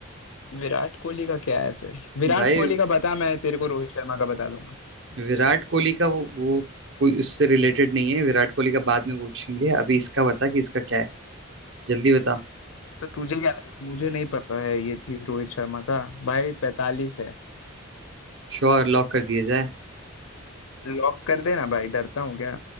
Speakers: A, on the left; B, on the right.
A: विराट कोहली का क्या है फिर विराट
B: भाई
A: कोहली का बता मैं तेरे को रोहित शर्मा का बता दूंगा
B: विराट कोहली का वो, वो कोई उससे रिलेटेड नहीं है विराट कोहली का बाद में पूछेंगे अभी इसका बता कि इसका क्या है जल्दी बता
A: तो तुझे क्या लगा मुझे नहीं पता है ये चीज रोहित शर्मा का भाई पैतालीस है
B: श्योर लॉक कर दिया जाए
A: लॉक कर देना भाई डरता हूँ क्या